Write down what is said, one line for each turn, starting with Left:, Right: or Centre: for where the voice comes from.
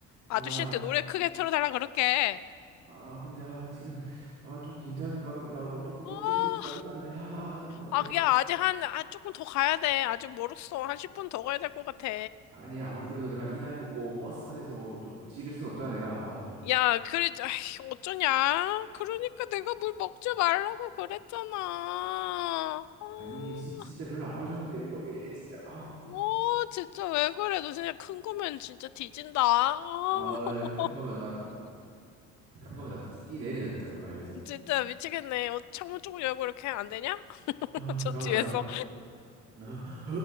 Right: 아,
Left: 아저씨한테 노래 크게 틀어달라 그럴게.
Right: 아, 근데, 아, 지금, 아, 좀 괜찮은 것 같기도 하고, 조금
Left: 어,
Right: 버틸
Left: 어.
Right: 수 있을 것 같기도 한데, 아, 잠깐만,
Left: 아, 그냥 아직 한, 아, 조금 더 가야 돼. 아직 멀었어. 한 10분 더 가야 될 것 같아.
Right: 아니 아무리 그래도 내가 이 나이 먹고 버스 안에서 좀 지릴 순 없잖아 내가 아, 좀
Left: 야, 그래, 아이, 어쩌냐? 그러니까 내가 물 먹지 말라고 그랬잖아. 아.
Right: 아니 진, 진짜 별로 안 마셨는데 이거 왜 이래 진짜 아
Left: 어, 진짜 왜 그래? 너 진짜 큰 거면 진짜 뒤진다. 아,
Right: 아
Left: <laughs>
Right: 큰 거면 나 큰 거면 나 진짜 띠 내리네 진짜로 나 여기서
Left: 진짜 미치겠네. 어, 창문 쪽을 열고 이렇게 하면 안 되냐?
Right: 아
Left: <laughs>
Right: 잠깐만
Left: 저 뒤에서.
Right: 잠깐 아, 아,